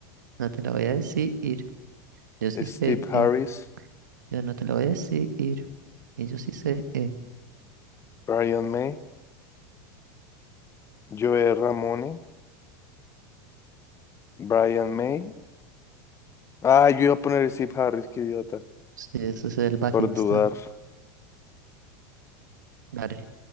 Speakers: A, on the right (about 75°); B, on the left (about 30°).
A: No te la voy a decir. Yo sí
B: Steve
A: sé.
B: Harris,
A: eh, Yo no te la voy a decir. Y yo sí sé. eh.
B: Brian May, Joe Ramone, Brian May. Ah, yo iba a poner Steve Harris, qué idiota,
A: Sí, eso es el bajista.
B: por dudar.
A: Dale.